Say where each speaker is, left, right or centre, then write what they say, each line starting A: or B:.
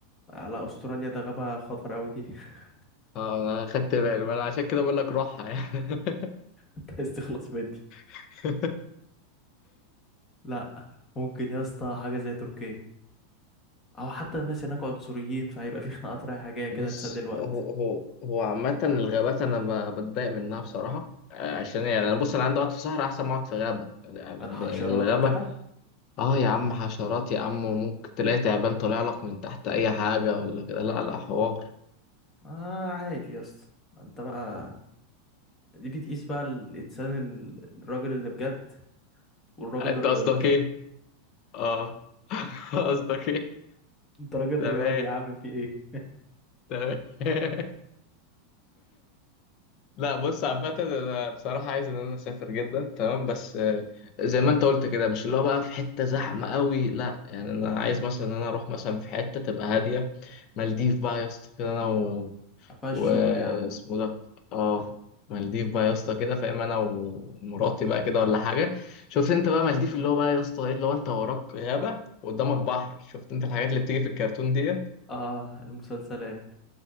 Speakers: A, on the left; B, on the left.
A: لا استراليا ده غابة خطر قوي دي <laughs>
B: اه انا خدت بالي ما انا عشان كده بقول لك روحها يعني
A: انت عايز تخلص من دي
B: <laughs>
A: لا ممكن يا اسطى حاجة زي تركيا او حتى الناس هناك عنصريين فهيبقى في خناقات رايحة جاية كده
B: بص
A: تسلي الوقت
B: هو هو هو عامة الغابات أنا ب- بتضايق منها بصراحة آه، عشان إيه؟ يعني أنا بص أنا عندي أقعد في صحراء أحسن ما أقعد في غابة يعني
A: الحشرات
B: الغابة
A: وكده
B: أه يا عم حشرات يا عم وممكن تلاقي تعبان طالع لك من تحت أي حاجة ولا كده لا لا حوار
A: آه عادي يا اسطى انت بقى دي بتقيس بقى الانسان ال- الراجل اللي بجد والراجل
B: آه، أنت
A: الرياضي
B: قصدك إيه؟ أه <laughs> قصدك إيه؟
A: انت راجل
B: تمام
A: رياضي يا عم في ايه
B: تمام <laughs> لا بص عامة أنا بصراحة عايز إن أنا أسافر جدا تمام بس آه، زي ما أنت قلت كده مش اللي هو بقى في حتة زحمة قوي لا يعني أنا عايز مثلا إن أنا أروح مثلا في حتة تبقى هادية مالديف بقى يا اسطى كده أنا و...
A: <laughs> فيها الشغل
B: و...
A: يا عم
B: اسمه ده آه مالديف بقى يا اسطى كده فاهم أنا ومراتي بقى كده ولا حاجة شفت أنت بقى مالديف اللي هو بقى يا اسطى إيه اللي هو أنت وراك غابة وقدامك بحر شفت أنت الحاجات اللي بتيجي في الكرتون ديت
A: اه المسلسلات